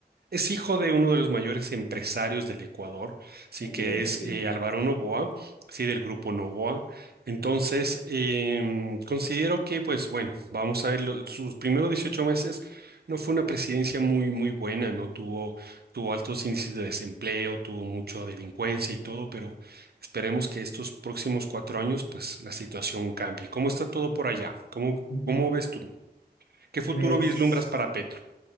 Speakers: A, on the right (about 70°); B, on the left (about 60°).
A: Es hijo de uno de los mayores empresarios del Ecuador, sí
B: Entiendo,
A: que es
B: sí.
A: eh, Álvaro Noboa, sí, del grupo Noboa. Entonces, em, considero que, pues bueno, vamos a ver, lo- sus primeros 18 meses no fue una presidencia muy, muy buena, ¿no? Tuvo, tuvo altos índices de desempleo, tuvo mucha delincuencia y todo, pero esperemos que estos próximos cuatro años, pues la situación cambie. ¿Cómo está todo por allá? ¿Cómo,
B: Ujú.
A: cómo ves tú? ¿Qué futuro
B: Pues...
A: vislumbras para Petro?